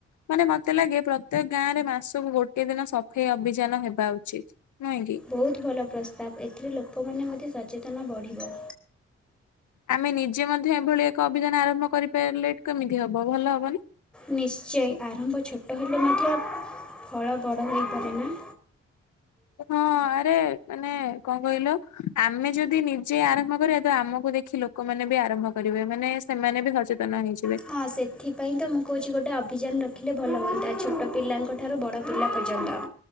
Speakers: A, on the left; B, in the centre.
A: ମାନେ ମତେ ଲାଗେ ପ୍ରତ୍ୟେକ ଗାଁରେ ମାସକୁ ଗୋଟିଏ ଦିନ ସଫେଇ ଅଭିଯାନ ହେବା ଉଚିତ୍। ନୁହେଁ କି?
B: ବହୁତ୍ ଭଲ ପ୍ରସ୍ତାବ, ଏଥିରେ ଲୋକମାନେ ମଧ୍ୟ ସଚେତନ ବଢ଼ିବ।
A: ଆମେ ନିଜେ ମଧ୍ୟ ଏଭଳି ଏକ ଅଭିଯାନ ଆରମ୍ଭ କରିପାରିଲେ କେମ୍ତି ହବ ଭଲ ହବନା?
B: ନିଶ୍ଚୟ ଆରମ୍ଭ ଛୋଟ ହେଲେ ମଧ୍ୟ ଫଳ ବଡ଼ ହୋଇପାରେ ନା।
A: ହଁ ଆରେ ମାନେ କଣ କହିଲ ଆମେ ଯଦି ନିଜେ ଆରମ୍ଭ କରିବା ତ ଆମକୁ ଦେଖି ଲୋ କମାନେ ବି ଆରମ୍ଭ କରିବେ ମାନେ ସେମାନେ ବି ସଚେତନ ହେଇଯି
B: ହଁ ସେ ସେଥିପାଇଁ ତ ମୁଁ କହୁଚି ଗୋଟେ ଅଭିଯାନ ରଖିଲେ ଭଲ ହୁଅନ୍ତା ଛୋଟ ପିଲାଙ୍କ ଠାରୁ ବଡ଼ ପିଲା ପର୍ଯ୍ୟନ୍ତ।